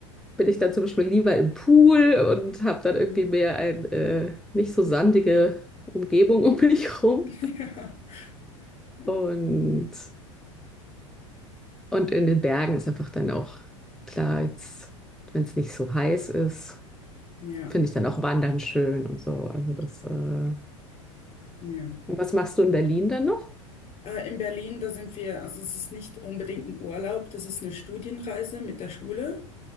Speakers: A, in the centre; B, on the left.
A: bin ich dann zum Beispiel lieber im Pool und habe dann
B: Mhm.
A: irgendwie mehr eine äh, nicht so sandige Umgebung um <laughs> mich rum.
B: <laughs> Ja. Ja.
A: Und, und in den Bergen ist einfach dann auch klar, jetzt, wenn es nicht so heiß ist,
B: Ja.
A: finde ich dann auch Wandern schön und so. Also
B: Ja.
A: das, äh, und
B: Ja.
A: was machst du in Berlin dann noch?
B: Äh, in Berlin, da sind wir, also es ist nicht unbedingt ein Urlaub, das ist eine Studienreise mit der Schule,